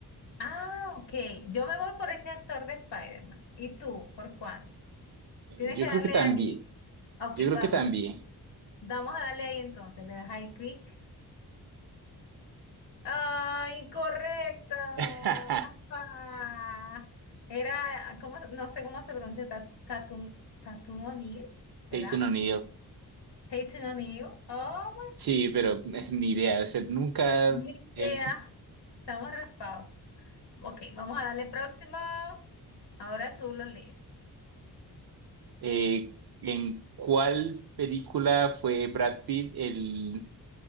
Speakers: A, on the left; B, on the right.
A: Ah, ok. Yo me voy por ese actor de Spider-Man. ¿Y tú? ¿Por cuál?
B: Eh,
A: Tienes
B: Yo
A: que darle
B: creo que también,
A: ahí. Ok,
B: yo creo
A: vamos.
B: que también.
A: Vamos a darle ahí entonces. Le das ahí clic. Ay, incorrecta.
B: <laughs>
A: Ah, Era, ¿cómo? No sé cómo se pronuncia, Ta- Tatum, Tatum O'Neill, ¿será?
B: Tatum O'Neill.
A: Tatum O'Neill. Oh,
B: Sí, pero eh, ni idea. O sea, nunca,
A: my- ni
B: eh,
A: idea. Estamos raspados. Ok, vamos a darle próximo. Ahora tú lo lees.
B: eh, ¿en cuál película fue Brad Pitt el,